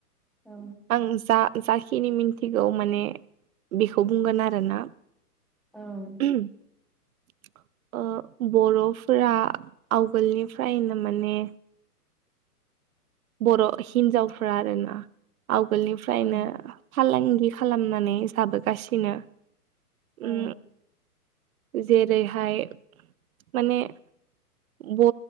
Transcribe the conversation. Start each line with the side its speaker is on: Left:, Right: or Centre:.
Centre: औ
Right: आं जा जाखिनि मिनथिगौ माने बिखौ बुंगोन आरोना
Centre: ओं
Right: <unintelligible> ओ बर'फोरा आवगोलनिफ्रायनो माने बर' हिन्जावफ्रा आरो ना आगोलनिफ्रायनो
Centre: औ
Right: फालांगि खालामनानै जाबोगासिनो
Centre: ओ
Right: उम जेरैहाय माने <unintelligible> ब